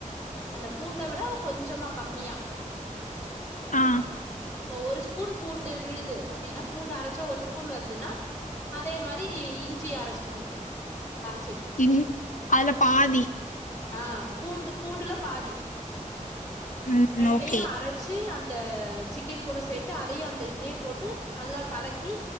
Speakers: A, on the left; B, on the left.
A: அந்த பூண்ட விட கொஞ்சமா கம்மியா
B: ஆ
A: இப்ப ஒரு ஸ்பூன் பூண்டு விழுது அப்டின்னா பூண்டு அரைச்சா ஒரு ஸ் பூன் வருதுன்னா அதே மாரி இஞ்சி அர ஸ்பூன் அரைச்சது
B: இன் அதுல பாதி
A: அ பூண்டு பூண்டுல பாதி
B: ம்
A: ரெண்டையு
B: ஓகே
A: அர ச்சு அந்த சிக்கன் கூட சேத்து அதையு அந்த இதுலயே போட்டு நல்லா கலக்கி